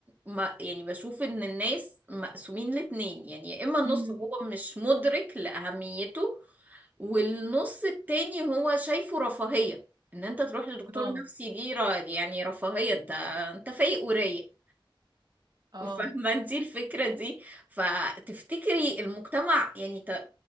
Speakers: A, on the right (about 20°); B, on the right (about 50°).
A: ما يعني بشوف ان الناس مقسومين لاتنين يعني يا اما النص
B: مم.
A: هو مش مدرك لأهميته والنص التاني هو شايفه رفاهية ان انت تروح لدكتور
B: اه
A: نفسي دي را- يعني رفاهية انت انت فايق ورايق
B: اه
A: فاهمة انتي الفكرة دي فتفتكري المجتمع يعني ت-